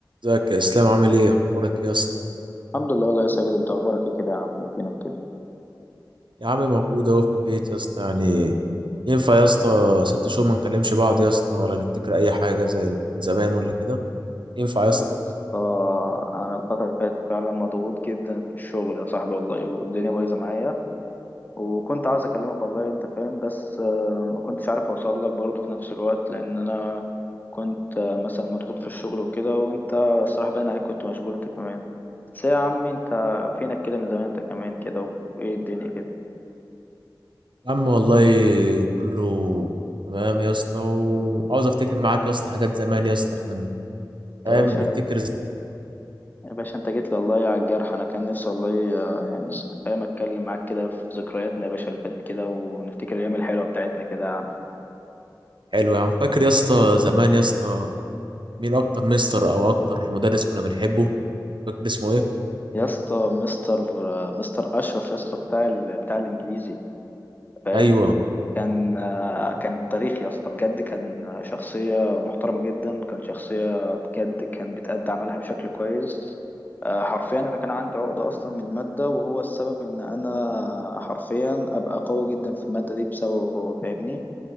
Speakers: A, on the right; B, on the left.
A: ازيك يا اسلام عامل ايه اخبارك ايه يا اسطى
B: الحمد لله والله يا ساجد انت اخبارك ايه كده يا عم وفينك كده
A: يا عم موجود اهو في البيت يا اسطى يعني ينفع يا اسطى ست شهور ما نكلمش بعض يا اسطى ولا نفتكر اي حاجه زي من زمان ولا كده ينفع يا
B: والله
A: اسطى
B: يا اسطى انا الفتره اللي فاتت فعلا مضغوط جدا في الشغل يا صاحبي والله والدنيا بايظه معايا وكنت عاوز اكلمك والله انت فاهم بس آه، ما كنتش عارف اوصل لك برضه في نفس الوقت لان انا كنت آه، مثلا مضغوط في الشغل وكده وانت الصراحه باين عليك كنت مشغول انت كمان بس يا عمي انت فينك كده من زمان انت كمان كده وايه الدنيا كده
A: يا عم والله كله تمام يا اسطى وعاوز افتكر معاك يا اسطى حاجات زمان يا اسطى عشان فاهم
B: انت
A: نفتكر
B: يا باشا انت جيت لي والله على الجرح انا كان نفسي والله آه، يعني انت فاهم اتكلم معاك كده في ذكرياتنا يا باشا اللي فاتت كده ونفتكر الايام الحلوه بتاعتنا كده يا عم
A: حلو يا عم فاكر يا اسطى زمان يا اسطى مين اكتر مستر او اكتر مدرس كنا بنحبه فاكر اسمه ايه
B: يا اسطى مستر آه، مستر اشرف يا اسطى بتاع ال... بتاع الانجليزي فاهم
A: ايوه
B: كان آه، كان تاريخ يا اسطى بجد كان شخصيه محترمه جدا كان شخصيه بجد كان بتأدي عملها بشكل كويس آه، حرفيا انا كان عندي عقده اصلا من الماده وهو السبب ان انا حرفيا ابقى قوي جدا في الماده دي بسببه هو فاهمني